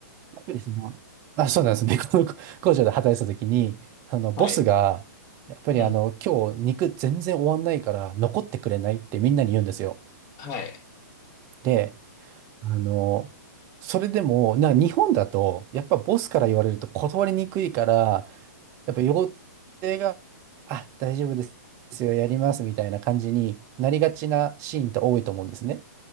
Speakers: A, on the right (about 25°); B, on the left (about 30°).
A: やっぱりその、あ、そうなんです。ベーコン工場で働いてた時に、あの、ボスが、
B: はい。
A: やっぱりあの、
B: うん。
A: 今日肉全然終わんないから残ってくれないってみんなに言うんですよ。
B: はい。
A: で、あの、それでも、な、日本だと、やっぱボスから言われると断りにくいから、やっぱ予定が、あ、大丈夫ですよ、やりますみたいな感じになりがちなシーンって多いと思うんですね。